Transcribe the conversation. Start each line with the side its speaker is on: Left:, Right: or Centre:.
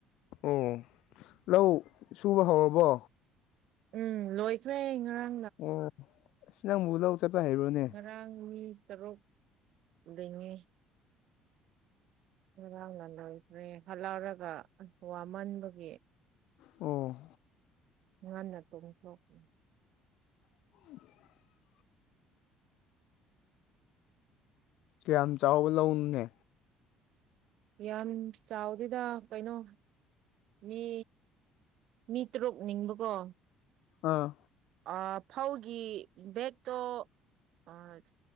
Left: ꯎꯝ ꯂꯧ ꯁꯨꯕ ꯍꯧꯔꯕꯣ
Right: ꯎꯝ ꯂꯣꯏꯈ꯭ꯔꯦ ꯉꯔꯥꯡ
Left: ꯎꯝ ꯑꯁ ꯅꯪꯕꯨ ꯂꯧ ꯆꯠꯄ ꯍꯩꯕ꯭ꯔꯣꯅꯦ
Right: ꯉꯔꯥꯡ ꯃꯤ ꯇꯔꯨꯛ ꯂꯤꯡꯉꯦ ꯉꯔꯥꯡꯅ ꯂꯣꯏꯈ꯭ꯔꯦ ꯍꯠꯂꯧꯔꯒ ꯑꯁ ꯋꯥꯃꯟꯕꯒꯤ
Left: ꯎꯝ
Right: ꯉꯟꯅ ꯇꯨꯝꯊꯣꯛꯏ
Left: <unintelligible> ꯀꯌꯥꯝ ꯆꯥꯎꯕ ꯂꯧꯅꯣꯅꯦ
Right: ꯌꯥꯝ ꯆꯥꯎꯗꯦꯗ ꯀꯩꯅꯣ ꯃꯤ ꯃꯤ ꯇ꯭ꯔꯨꯛ ꯂꯤꯡꯕꯀꯣ
Left: ꯑꯥ
Right: ꯑꯥ ꯐꯧꯒꯤ ꯕꯦꯛꯇꯣ ꯑꯥ